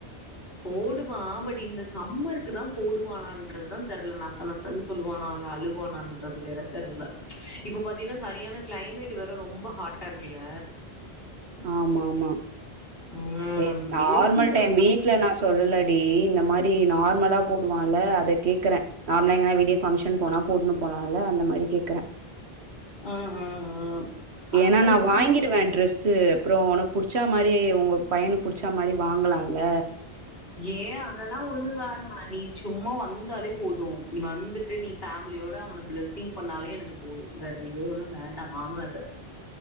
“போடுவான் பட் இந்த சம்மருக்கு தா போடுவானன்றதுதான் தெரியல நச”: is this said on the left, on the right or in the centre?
Left